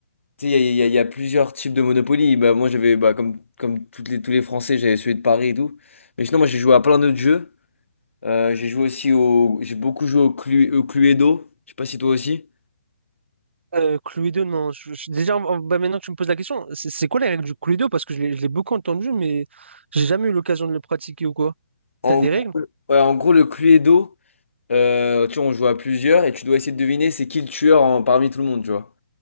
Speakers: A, on the left; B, on the right.
A: tu sais, il y, a il y a- il y a plusieurs types de Monopoly. Bah, moi j'avais, bah, comme, comme toutes les, tous les Français, j'avais celui de Paris et tout. Mais sinon, moi j'ai joué à plein d'autres jeux. Euh, j'ai joué aussi au. J'ai beaucoup joué au, Clu- au Cluedo. Je sais pas si toi aussi.
B: Euh, Cluedo, non. je- je- déjà, en- bah, maintenant que tu me poses la question, c'est c'est quoi les règles du Cluedo? Parce que je l'ai je l'ai beaucoup entendu, mais j'ai jamais eu l'occasion de le pratiquer ou quoi.
A: En
B: T'as des
A: gros,
B: règles?
A: ouais, en gros, le Cluedo. Euh, tu vois, on joue à plusieurs et tu dois essayer de deviner c'est qui le tueur en- parmi tout le monde, tu vois.